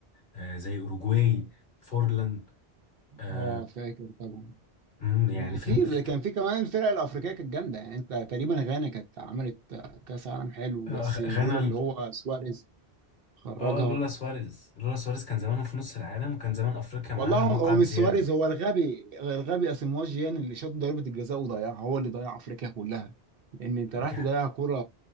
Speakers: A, on the left (about 50°); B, on the right (about 65°).
A: آه، زي اوروجواي فورلان آه،
B: اه فاكر طبعا
A: مم، يعني
B: وفي
A: فاهمني في
B: كان في كمان الفرق الافريقيه كانت جامده يعني انت تقريبا غانا كانت عملت كاس عالم حلو
A: آه،
B: بس
A: غانا
B: لولا اللي هو سواريز خرجها
A: اه لولا سواريز لولا سواريز كان زمانه في نص العالم وكان زمان افريقيا معاها
B: والله هو
A: مقعد
B: هو مش
A: زياده
B: سواريز هو الغبي الغبي اسيمواجيان اللي شاط ضربة الجزاء وضيعها هو اللي ضيع افريقيا كلها لان انت
A: دي-
B: راح تضيع
A: حاجة.
B: كرة